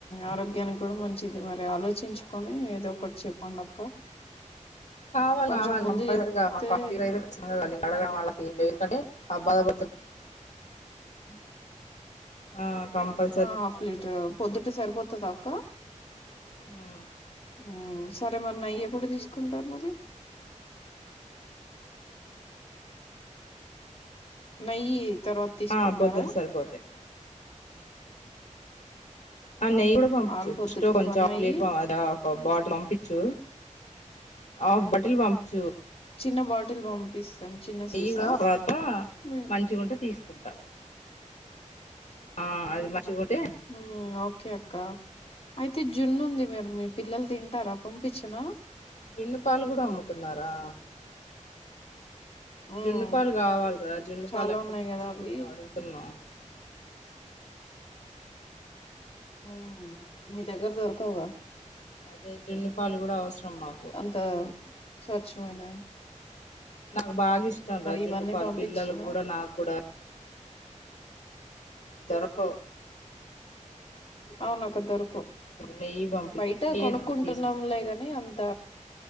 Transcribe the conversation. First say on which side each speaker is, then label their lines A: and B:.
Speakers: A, on the left; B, on the left.
A: ఆరోగ్యానికి కూడా మంచిది మరి ఆలోచి చించుకొని ఏదో ఒకటి చెప్పండి అక్క
B: కావాలి
A: కొంచెం
B: కావాలి
A: ముందు
B: కంపల్సరీ
A: చెప్తే
B: కావాలి <unintelligible> అడగడం వాళ్ళ ఏం లే ఎందుకంటే ఆ బాధపడుతు
A: ఆ
B: ఆ కంపల్
A: ఆ హాఫ్ లీటర్ పొద్దుటే సరిపోతదా అక్క
B: ఉ
A: ఉ సరే మరి నెయ్యి ఎప్పుడు తీసుకుంటారు మరి నెయ్యి తర్వాత తీసుకుంటారా
B: ఆ పొద్దుట సరిపోతాయి ఆ నెయ్యి కూడా పంపిచ్చు
A: పాలు పొద్దుటికి మరి నెయ్యి
B: <inaudible> బాటిల్ అంపిచ్చు ఆఫ్ బాటిల్ పంపించు
A: చిన్న బాటిల్ పంపిస్తాం చిన్న
B: నెయ్యి
A: సీసా
B: తర్వాత
A: ఉమ్
B: మంచిగుంటే తీసుకుంటా ఆ అది మంచి గుంటే
A: ఉ ఓకే అక్కా అయితే జున్ను ఉంది మీరు మీ పిల్లలు తింటారా పంపించిన
B: జున్ను పాలు కూడా అమ్ముతున్నారా
A: ఉమ్
B: జున్ను పాలు కావాలి రా జున్ను
A: చాలా
B: పాలు ఎప్పటి
A: ఉన్నాయి
B: నుంచో
A: కదా అవి
B: మేము అడుగుతున్నాం
A: ఉ మీ దగ్గర దొరకవు గా
B: అదే జున్ను పాలు కూడా అవసరం మాకు
A: అంత స్వచ్ఛమైన
B: నాకు బాగా ఇష్టం రా జున్ను
A: ఇవన్నీ
B: పాలు
A: పంపించు
B: పిల్లలకి కూడా నాకు కూడా దొరకవ్
A: అవున అక్క దొరకవ్
B: నెయ్యి పంపించు
A: బయట కొనుక్కుంటున్నాంలేగాని
B: తీసుకుంటా
A: అంత